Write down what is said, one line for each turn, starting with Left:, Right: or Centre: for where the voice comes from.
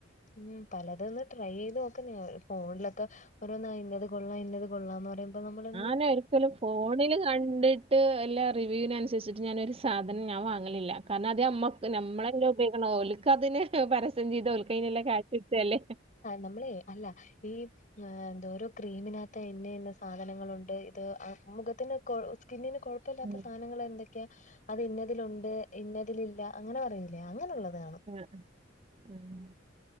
Left: ഉം പലതൊന്ന് ട്രൈയ്യ യ്ത് നോക്കുന്ന ഫോണിലൊക്കെ ഓരോന്നാ ഇന്നത് കൊള്ളാം ഇന്നത് കൊള്ളാം എന്ന് പറയുമ്പോ നമ്മക്ക്
Right: അനെ ഒരിക്കലും ഫോണില് കണ്ട് ട്ട് ല്ലാ റിവ്യൂവിനനുസരിച്ചിട്ട് ഞാനൊരു സാധനം ഞാൻ വാങ്ങലില്ല കാരണം അതമ നമ്മളെല്ലാം ഉപ കർണ ഓൽക്കത്തിന് പരസ്യം ചെയ്ത് ഒൽക്കൈനില്ല ക്യാശിട്ടല്ലേ
Left: നമ്മളേയ് അല്ല ഈ ആ എന്തോരോ ക്രീമിനകത്തഇന്ന ഇന്ന സാധനങ്ങളുണ്ട്. ഇത് ആഹ് മുഖത്തിന് കൊ സ്കിന്നിന് കുഴപ്പല്ലാത്ത
Right: ഉം
Left: സാനങ്ങൾ എന്തൊക്കെ ക്കെ അത് ഇന്നതിലുണ്ട് ഇന്നതില ഇല്ല അങ്ങനെ പറയുല്ലേ അങ്ങനെയുള്ളത് കാണും
Right: ആഹ് ഉം